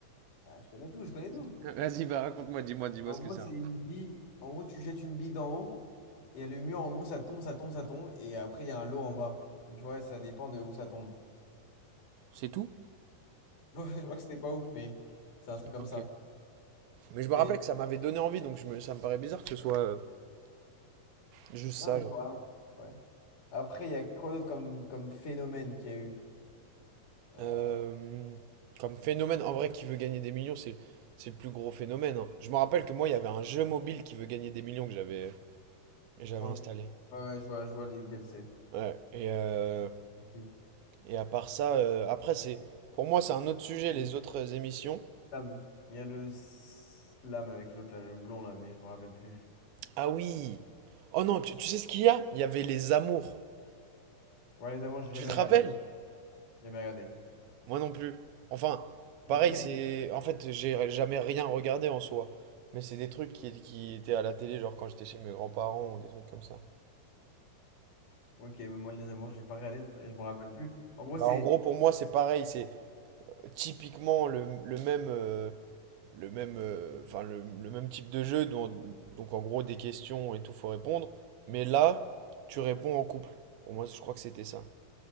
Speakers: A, on the left; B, on the right.
A: ah, je connais tout, je connais
B: <laughs>
A: tout.
B: Vas-y, bah raconte-moi, dis-moi, dis-moi
A: En
B: ce
A: gros,
B: que c'est
A: c'est
B: un peu.
A: une bille. En gros, tu jettes une bille d'en haut. Il y a le mur, en gros, ça tombe, ça tombe, ça tombe. Et après, il y a un lot en bas. Et tu vois, ça dépend de où ça tombe.
B: C'est tout?
A: <laughs> Bon, je crois que c'était pas ouf, mais c'est un truc comme
B: Ok.
A: ça.
B: Mais je
A: T'avais-
B: me rappelle que ça m'avait donné envie, donc je me, ça me paraît bizarre que ce soit euh, juste
A: Non,
B: ça,
A: mais
B: genre.
A: je me rappelle. Ouais. Après, il y a quoi d'autre comme, comme phénomène qu'il y a eu? Euh,
B: Euh, comme phénomène, en vrai, qui veut gagner des millions, c'est, c'est le plus gros phénomène. hein. Je me rappelle que moi, il y avait un jeu mobile qui veut gagner des millions que j'avais, j'avais
A: ok.
B: installé.
A: Ouais, ouais, je vois, je vois lequel c'est.
B: Ouais. Et, euh,
A: Il
B: et à part ça, euh, après, c'est, pour moi, c'est un autre sujet,
A: y a
B: les
A: le
B: autres émissions.
A: slam. Il y a le slam avec l'autre, là, le blond, là, mais je me rappelle plus.
B: Ah oui! Oh non, tu, tu sais ce qu'il y a? Il y avait les amours.
A: Ouais, les amants, j'ai
B: Tu
A: jamais
B: te
A: regardé,
B: rappelles?
A: moi. Jamais regardé.
B: Moi non plus. Enfin, pareil,
A: Ok.
B: c'est. En fait, j'ai jamais rien regardé en soi. Mais c'est des trucs qui, qui étaient à la télé, genre quand j'étais chez mes grands-parents ou des trucs comme ça.
A: Ok, bah moi les amours, j'ai pas regardé, je, je me rappelle plus. En gros,
B: Bah,
A: c'est.
B: en gros, pour moi, c'est pareil. C'est typiquement le, le même. euh, le même, euh, enfin, le, le même type de jeu. dont- donc, en gros, des questions et tout, faut répondre. Mais là, tu réponds en couple. Pour moi, je crois que c'était ça.